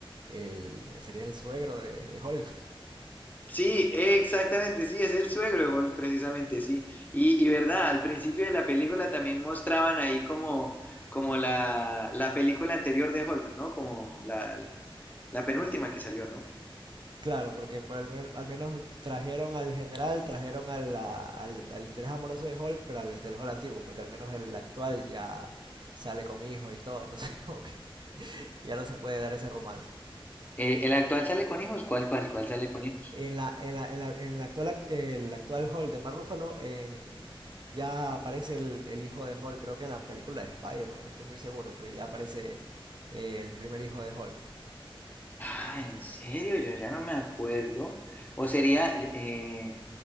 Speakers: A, on the right; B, on the left.
A: el sería el suegro de, de Hulk.
B: Sí, exactamente, sí, es el suegro de Hulk, precisamente, sí. Y, y verdad, al principio de la película también mostraban ahí como, como la, la película anterior de Hulk, ¿no? Como la, la penúltima que salió, ¿no?
A: Claro, porque por al, men- al menos trajeron al general, trajeron a la- al, al interés amoroso de Hulk, pero al del Hulk antiguo, porque al menos el actual ya sale con hijos y todo, entonces <laughs> como que ya no se puede dar ese romance.
B: Eh, ¿el actual sale con hijos? ¿Cuál, cuál, cuál sale con hijos?
A: En la, en la, en la, en la actual, act- el actual Hulk de Mark Ruffalo, en, ya aparece el, el hijo de Hulk, creo que en la película de Spider-Man, no estoy muy seguro, pero ya aparece eh, el primer hijo de Hulk.
B: Ah, en serio, yo ya no me acuerdo. O sería, eh,